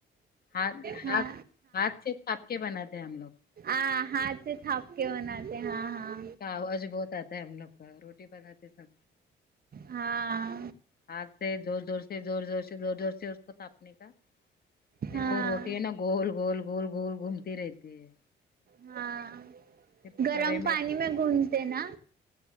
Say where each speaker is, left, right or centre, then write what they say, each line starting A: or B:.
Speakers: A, on the left; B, on the right.
A: ہات ہاتھ
B: ہاں
A: ہاتھ سےتھاپ کے بناتے ہم لوگ
B: آاں ہاں سے تھا پ کے بناتتے ہاں ہاں
A: آواز بہت آتا ہے ہم لوگ کا روٹی بناتے سمے
B: ہاں
A: ہاتھ سے زور زور سے زور زور سے زور زور سے اس کو تھاپنے کا پھر
B: ہاں
A: وہ روٹی ہے نا گول گول گول گول گھومتی رہتی ہے
B: ہاں
A: پھر
B: گرم
A: توے
B: پانی میں گونتے نا